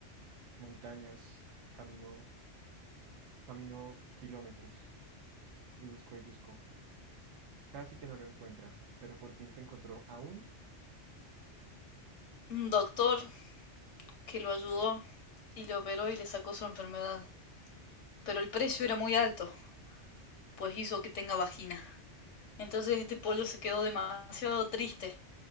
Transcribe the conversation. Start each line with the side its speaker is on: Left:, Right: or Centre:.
Right: montañas, caminó, caminó kilómetros y buscó y buscó. Casi que no lo encuentra, pero por fin se encontró aún
Left: un doctor que lo ayudó y lo operó y le sacó su enfermedad. Pero el precio era muy alto, pues hizo que tenga vagina. Entonces este pollo se quedó demasiado triste,